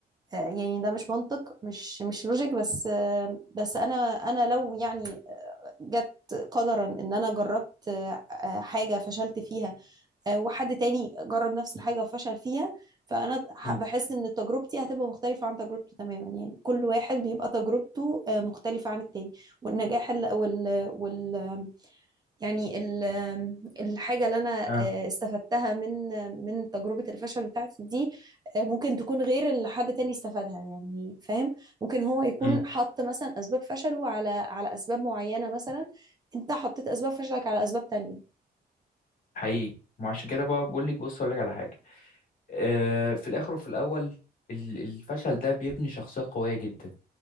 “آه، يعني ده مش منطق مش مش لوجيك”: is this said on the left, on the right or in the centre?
Right